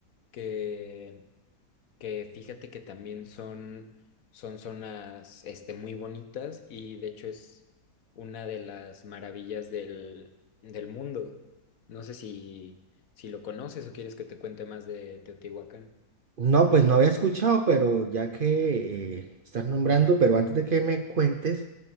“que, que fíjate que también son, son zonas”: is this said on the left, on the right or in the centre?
Left